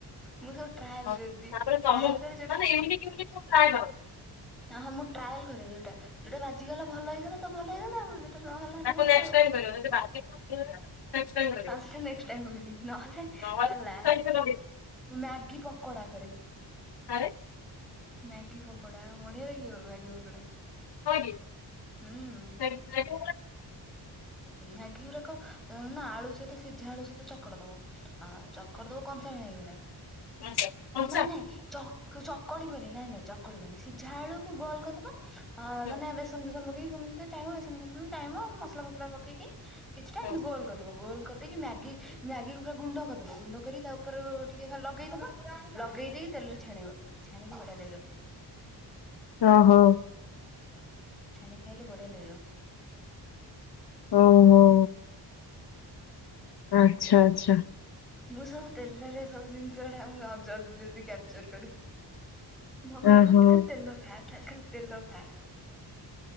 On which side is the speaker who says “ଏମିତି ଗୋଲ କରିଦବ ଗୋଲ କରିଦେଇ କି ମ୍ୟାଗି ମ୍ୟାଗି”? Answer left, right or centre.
Centre